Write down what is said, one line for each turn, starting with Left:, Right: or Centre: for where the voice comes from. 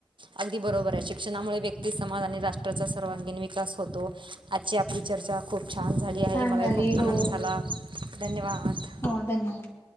Right: अगदी बरोबर आहे शिक्षणामुळे व्यक्ती समाज आणि राष्ट्राचा सर्वांगीण विकास होतो. आजची आपली चर्चा खूप छान झाली आहे
Left: छान
Right: मलाही
Left: झाली
Right: खूप
Left: हो
Right: आनंद झाला. धन्यवाद!
Left: हो धन्यवाद.